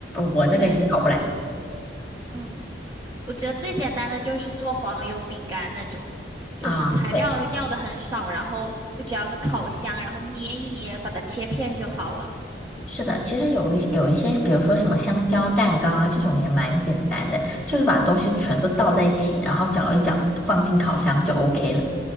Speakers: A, in the centre; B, on the right.
A: 我那个也搞不来
B: 对，嗯。我觉得最简单的就是做黄油饼干那种，就是材料要的很少，
A: 啊。对。
B: 然后就只要个烤箱，然后捏一捏，把它切片就好了。
A: 是的，其实有一有一些，比如说什么香蕉蛋糕啊，这种也蛮简单的，就是把东西全都倒在一起，
B: 嗯
A: 然后搅一搅，放进烤箱就 OK 了。